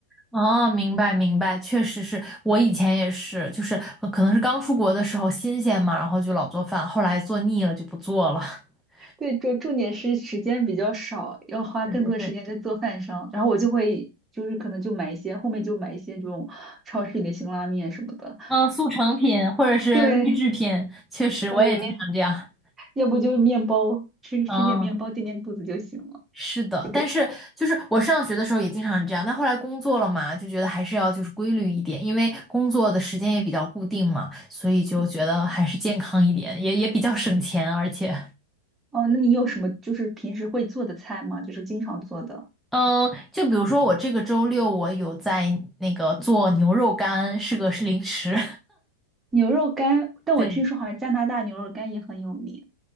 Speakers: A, in the centre; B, on the right.
A: 哦，明白明白，确实是我以前也是，就是呃可能是刚出国的时候新鲜嘛，然后就老做饭，后来做腻了就不做了。<laughs>
B: 对，重重点是时间比较少，要花更多的时间在做饭上。
A: 对对对，
B: 然后我就会就是可能就买一些，后面就买一些这种超市里的辛拉面什么的。
A: <laughs> 嗯，速成品或者是预制品，
B: 对，
A: 确实我也经常这样。
B: 对的，要不就面包，吃吃点面包垫垫肚子就行了，
A: 嗯，是的，
B: 就给。
A: 但是就是我上学的时候也经常这样，但后来工作了嘛，就觉得还是要就是规律一点，因为工作的时间也比较固定嘛，所以就觉得还是健康一点，
B: 嗯，
A: 也也比较省钱，而且。
B: 哦，那你有什么就是平时会做的菜吗？就是经常做的
A: 嗯，就比如说我这个周六我有在那个做牛肉干，是个是零食，
B: 牛肉干，
A: <laughs>
B: 但我听说好像加拿大牛肉干也很有名。
A: 对